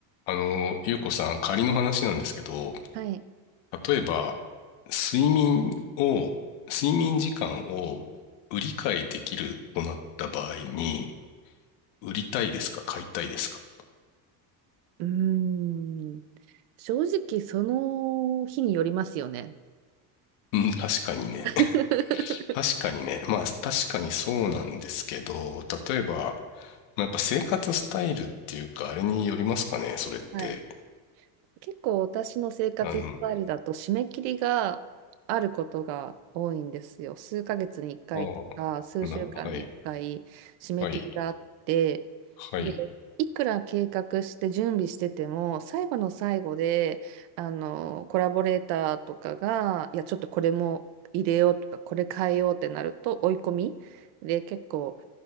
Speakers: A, on the left (about 60°); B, on the right (about 55°).
A: あの、ゆうこさん、仮の話なんですけど、
B: はい。
A: 例えば、睡眠を、睡眠時間を売り買いできるとなった場合に、売りたいですか買いたいですか
B: うーん。正直、その日によりますよね。
A: うん、確かにね。
B: <laughs>
A: <laughs> 確かにね。まあ、確かにそうなんですけど、例えば、まあやっぱ生活スタイルっていうか、あれによりますかね、それって。
B: はい。結構私の生活スタイルだと締め切りがあることが多いんですよ。
A: あの、
B: 数ヶ月に1回とか数週間に1回締め切りがあって、
A: ああ、な、はい、はい、はい。
B: で、いくら計画して準備してても最後の最後であのコラボレーターとかがいやちょっとこれも入れようとかこれ変えようってなると追い込みで結構、